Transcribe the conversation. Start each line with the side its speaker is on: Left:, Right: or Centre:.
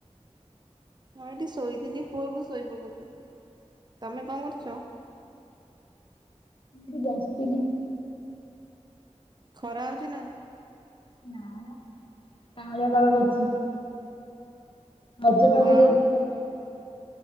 Right: ହଁ, ଏଠି ଶୋଇଥିଲି ପୁଅକୁ ଶୋଇ ପକାଉଥଲି। ତମେ କଣ କରୁଛ?
Left: ମୁଁ ବସିଥିଲି।
Right: ଖରା ହଉଛି ନା?
Left: ନାଁ ମ କାହାଳିଆ କାହାଳିଆ କରି ହ <inaudible> ରଜ ପାଗ
Right: ଗରମ
Left: <unintelligible> ଦେଇଛି